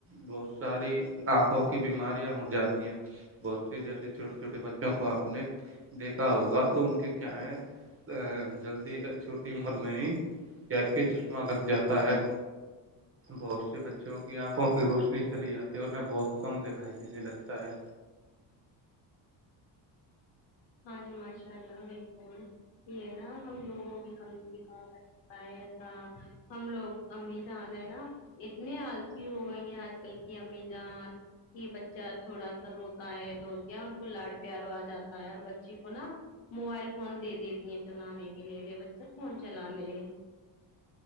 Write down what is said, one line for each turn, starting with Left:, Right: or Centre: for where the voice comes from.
Right: بہت ساری آنکھوں کی بیماریاں ہو جاتی ہیں بچے جیسے چھٹے چھوٹے بچے وں کو آپ نے دیکھا ہوگا تو ان کے کیا ہے جلدی چھوٹی عمر میں ہی کیا کے چشمہ لگ جاتا ہے بہت سے بچوں کی آنکھوں کی روشنی چلی جاتی ہے اور انیں بہت کم دکھائی دینے لگتا ہے
Left: ہاں جی ماشاء اللہ بالکل یہ ہے نا ہم لوگوں کی کمیٹی کہ ایسا ہم لوگ امی جان ہے نا اتنے آلسی ہو گئی ہیں آج کل کی امیزان کہ بچہ تھوڑا سا روتا ہے تو کیا ان کو لاڑ پیارو آ جاتا ہے اور بچے کو نا موبائل فون دے دیتی ہیں چلانے کے لیے لے بچہ فون چلا لے